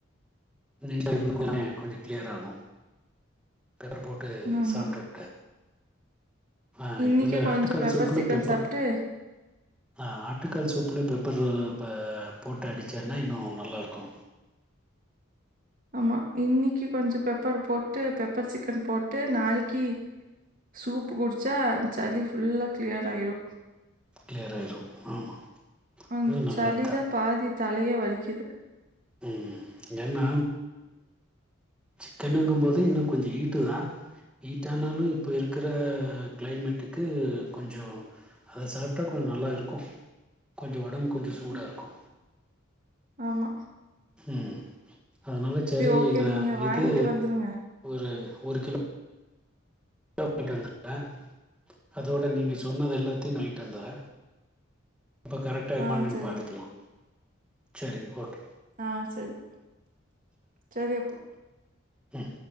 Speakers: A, in the centre; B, on the right.
A: <unintelligible> கொஞ்சம் கிளியர் ஆகு பெப்பர் போட்டு
B: ஆமா.
A: சாப்டுட்டு ஆ
B: இன்னைக்கு
A: இதில
B: கொஞ்சம்
A: ஆட்டுக்கால் சூப்புல
B: சிக்கன்
A: பெப்பர்
B: சாப்பிட்டு
A: ஆ ஆட்டுக்கால் சூப்புல பெப்பர் இப்ப போட்டு அடிச்சர்ன்னா இன்னு நல்லாயிருக்கு
B: ஆமா இன்னிக்கி கொஞ்ச பெப்பர் போட்டு பெப்பர் சிக்கன் போட்டு நாளைக் க்கி சூப்பு குடுச் ச்சா அ சலி புல்லா கிளியர் ஆயிரு
A: கிளியர ஆாயிரு ஆமா
B: அந்த
A: இது நல்லதுதா
B: சளிதா பாதி தலையே வலிக்குது
A: உம் ஏன்னா சிக்கன்ங்கும்போது இன்னு கொஞ்ச ஹீட்டு தா ஹீட்ட ஆனாலு இப்ப இருக்கிற கிளைமேட்டுக்கு கொஞ்ச அத சாப்டா கொஞ்ச நல்லா இருக்கு கொஞ்ச உடம்பு கொஞ்ச சூடா
B: ம்.
A: இருக்கு
B: ஆமா
A: ம் அதனால சரி
B: ஓகே.
A: நான்
B: நீங்க வாங்கிட்டு
A: இது
B: வந்துருங்க.
A: ஒரு ஒரு கிலோ நைட்டு வந்துறேன் அதோட நீங்க சொன்னது எல்லாத்தையும் நைட்டு வந்துறேன் அப்போ கரெக்டாயிருமா
B: ஆ
A: என்ன
B: சரி
A: பார்த்துக்கலாம் சரிங்க ஓகே
B: ஆஹ் சரி சரி அப்போ
A: ம்